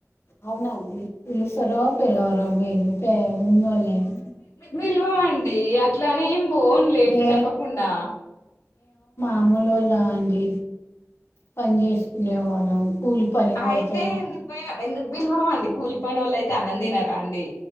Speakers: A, on the left (about 50°); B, on the left (about 85°).
A: అవునండి పిలుసార పిలవరో మీరు ప ఉండలేండి
B: విల్వమండి అట్లానే ఏం బోన్లేండి
A: ఏ
B: చెప్పకుండా
A: అమలులా అండి పని చేసుకునే వాళ్ళం కూలి పని
B: ఆయితే
A: పోతాం
B: ఎందుకు పోయనా ఎందుకు భిల్వాం అండి కూలిపోయిని వాళ్ళు అయితే అన్నం తినారా అండి